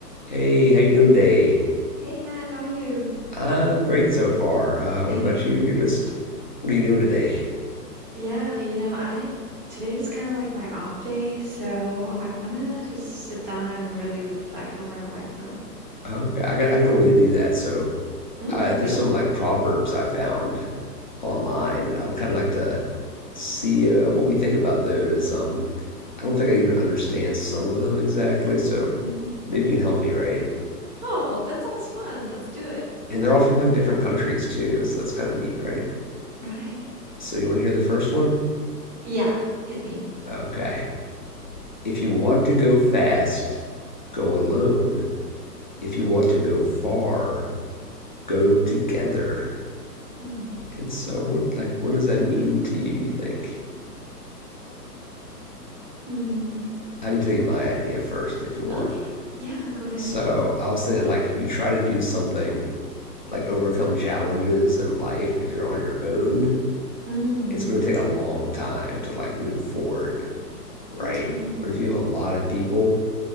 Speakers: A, on the left (about 30°); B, on the right (about 25°).
A: Hey, how you doing today?
B: Hey Matt, how are you?
A: I'm great so far. Uh,
B: <laughs>
A: what about you? You're just, what are you doing today?
B: Yeah, you know, I today's kind of like my off day, so I want to just sit down and really reflect on my life real.
A: Okay, I got I got a way to do that. So
B: Mm,
A: I, there's
B: really?
A: some like proverbs I found online,
B: Oh,
A: and I would kind of like to see uh, what we think about those. Um, I don't think I even understand some of them exactly, so
B: hmm
A: maybe you can help me, right?
B: Oh, that sounds fun. Let's do it.
A: And they're all from like different countries too, so that's kind of neat, right?
B: Right.
A: So you want to hear the first one?
B: Yeah, hit me.
A: Okay. If you want to go fast, go alone. if you want to go far, go together.
B: Hmm.
A: And so, what like what does that mean to you? You think?
B: Hmm.
A: I can tell you my idea first if you want.
B: Okay. Yeah, go ahead.
A: So I was thinking like if you try to do something like overcome challenges in life, if you're on your own,
B: Mm,
A: it's going to take a long time to like move forward, right?
B: okay.
A: But if you have a lot of people